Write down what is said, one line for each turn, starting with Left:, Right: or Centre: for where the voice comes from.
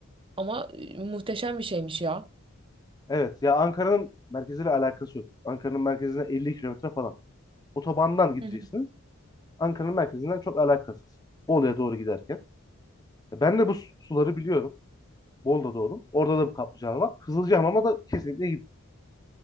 Right: Ama e, muhteşem bir şeymiş ya.
Left: Evet ya Ankara'nın merkeziyle alakası yok. Ankara'nın merkezine 50 kilometre falan. Otobandan gideceksiniz.
Right: Hı hı.
Left: Ankara'nın merkezinden çok alakasız. Bolu'ya doğru giderken. Ya Ben de bu su- suları biliyorum. Bolu'da doğdum. Orada da bir kaplıcalar var. Kızılcahamam'a da kesinlikle gidin.